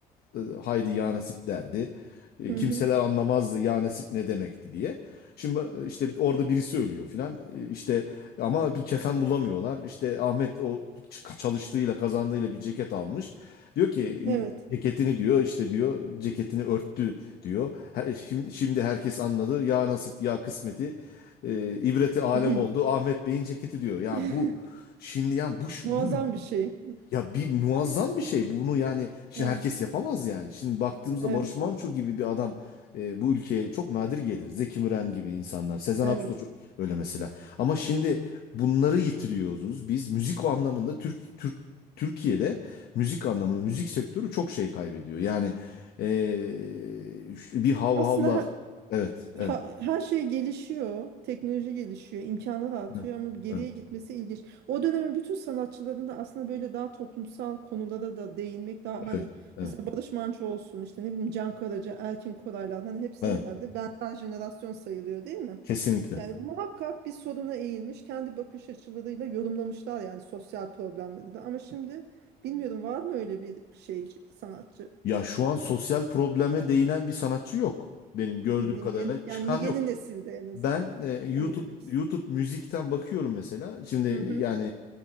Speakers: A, on the left; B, on the right.
A: e, haydi ya nasip derdi. E,
B: Hı
A: kimseler
B: hı.
A: anlamazdı ya nasip ne demekti diye. Şimdi e, işte orada birisi ölüyor filan. E, işte ama bir kefen bulamıyorlar. İşte Ahmet o ç- çalıştığıyla kazandığıyla bir ceket almış. Diyor ki
B: Evet.
A: e, ceketini diyor işte diyor ceketini örttü diyor. He- Şimdi, şimdi herkes anladı ya nasip ya kısmeti e, ibreti alem
B: Hı hı.
A: oldu Ahmet Bey'in ceketi diyor. Yani
B: <laughs>
A: bu şimdi yani bu, şu-
B: Muazzam
A: bu
B: bir şey.
A: ya bir muazzam bir şey. Bunu yani şimdi
B: Evet.
A: herkes yapamaz yani. Şimdi baktığımızda
B: Evet.
A: Barış Manço gibi bir adam e, bu ülkeye çok nadir gelir. Zeki Müren gibi insanlar. Sezen
B: Evet.
A: Aksu da çok- öyle mesela. Ama şimdi bunları yitiriyoruz. Biz müzik o anlamında Türk Türk Türkiye'de müzik anlamında müzik sektörü çok şey kaybediyor. Yani e, şu- bir hav
B: Aslında
A: havlar.
B: ha-
A: Evet, evet.
B: Ha- her şey gelişiyor, teknoloji gelişiyor, imkanlar artıyor
A: Evet.
B: ama geriye
A: Evet.
B: gitmesi ilginç. O dönemin bütün sanatçıların da aslında böyle daha toplumsal konulara da değinmek daha
A: Evet.
B: hani
A: Evet.
B: mesela Barış Manço olsun işte ne bileyim Can Karaca, Erkin Koraylar hani hepsi
A: evet.
B: herhalde benzer jenerasyon sayılıyor değil mi?
A: Kesinlikle.
B: Yani muhakkak bir soruna eğilmiş, kendi bakış açılarıyla yorumlamışlar yani sosyal problemleri de. Ama şimdi bilmiyorum var mı öyle bir şey sanatçı
A: Ya şu an sosyal probleme değinen bir sanatçı yok. Benim gördüğüm
B: bildiğim
A: kadarıyla
B: yeni
A: çıkan
B: yani
A: yok.
B: yeni nesilde en azından.
A: Ben e, YouTube
B: Onu demek istiyorum.
A: YouTube müzikten bakıyorum mesela. Şimdi e,
B: Hı hı,
A: yani